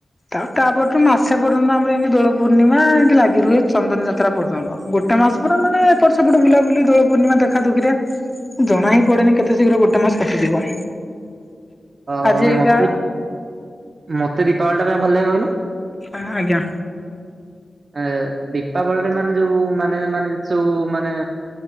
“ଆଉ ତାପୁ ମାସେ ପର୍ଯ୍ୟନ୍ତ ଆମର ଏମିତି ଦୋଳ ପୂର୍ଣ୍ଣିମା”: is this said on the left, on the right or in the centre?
Left